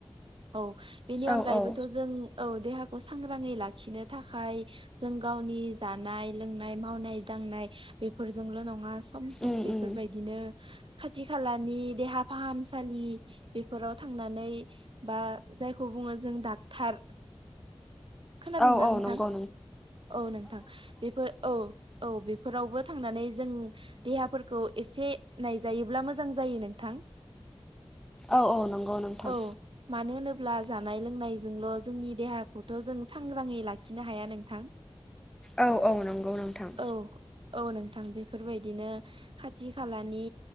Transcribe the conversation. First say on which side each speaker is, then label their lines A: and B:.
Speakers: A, on the right; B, in the centre.
A: औ बेनि अनगायैबोथ'
B: औ औ
A: जों औ देहा खौ सांग्राङै लाखिनो थाखाय जों गावनि जानाय लोंनाय मावनाय दांनाय। बेफोरजोंल' नङा सम सम
B: उम
A: बेफोरबायदिनो।
B: उम
A: खाथि खालानि देहा फाहामसालि बेफोराव थांनानै। बा जायखौ बुङो जों डाक्टार। खोनादोंना
B: औ औ
A: नोंथां?
B: नंगौ
A: औ नोंथां बेफोर औ औ बेफोरावबो। थांनानै जों देहाफोरखौ एसे नायजायोब्ला मोजां जायो नोंथां।
B: औ औ नंगौ नोंथां।
A: औ मानो होनोब्ला जानाय लोंनायजोंल' जोंनि देहाखौथ' जों सांग्राङै लाखिनो हाया नोंथां।
B: औ औ नंगौ नोंथां।
A: औ औ नोंथां बेफोरबायदिनो खाथि खालानि